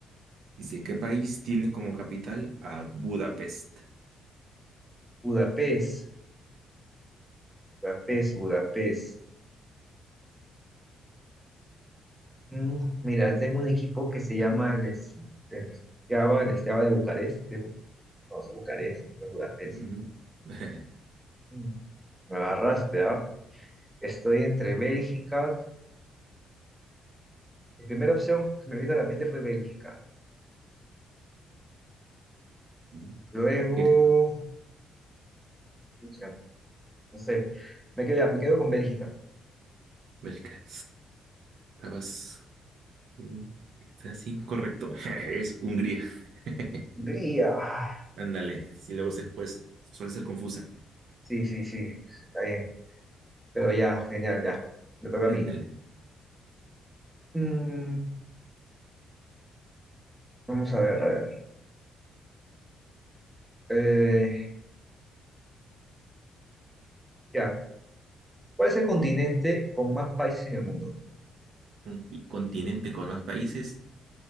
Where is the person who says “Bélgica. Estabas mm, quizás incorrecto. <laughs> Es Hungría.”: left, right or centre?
Right